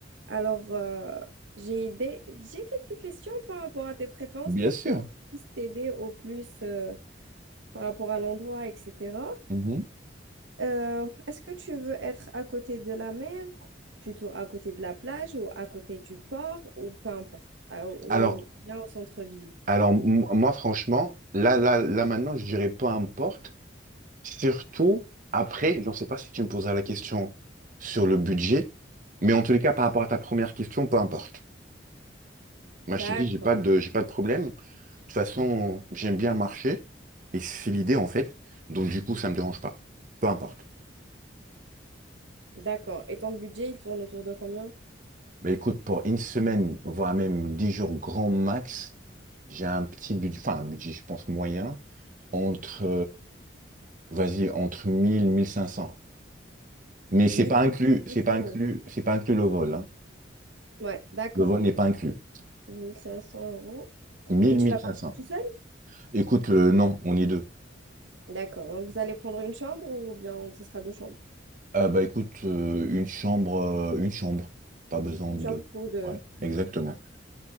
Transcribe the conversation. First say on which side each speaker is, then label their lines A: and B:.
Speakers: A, on the right (about 80°); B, on the right (about 45°).
A: Alors, euh, j'ai des... j'ai quelques questions par rapport à tes préférences
B: Bien
A: pour
B: sûr.
A: que je puisse t'aider au plus euh, par rapport à l'endroit, etc.
B: Mhm.
A: Euh, est-ce que tu veux être à côté de la mer, plutôt à côté de la plage ou à côté du port ou peu importe, à- au,
B: Alors,
A: bien au centre-ville?
B: alors m- moi, franchement, là, là, là, maintenant, je dirais peu importe. Surtout après, je ne sais pas si tu me poseras la question sur le budget, mais en tous les cas, par rapport à ta première question, peu importe. Moi,
A: D'accord,
B: je te dis, j'ai pas de, j'ai pas de problème. De toute façon, j'aime bien marcher et c'est l'idée, en fait. Donc, du coup, ça me dérange pas. Peu importe.
A: d'accord. Et ton budget, il tourne autour de combien?
B: Mais écoute, pour une semaine, voire même dix jours grand max, j'ai un petit budget, enfin, un budget, je pense, moyen, entre Vas-y, entre mille mille cinq cents Mais c'est
A: 1500
B: pas inclus, c'est
A: euros.
B: pas inclus, c'est pas inclus le vol, hein.
A: Ouais, d'accord.
B: Le vol n'est pas inclus.
A: 1500 euros.
B: mille
A: Et tu
B: mille
A: vas partir
B: cinq cents
A: tout seul?
B: Écoute, euh, non, on est deux.
A: D'accord. Donc vous allez prendre une chambre ou bien ce sera deux chambres?
B: Ah bah écoute, euh, une chambre, euh, une chambre. Pas besoin
A: Une
B: de
A: chambre
B: deux.
A: pour deux.
B: Ouais, exactement.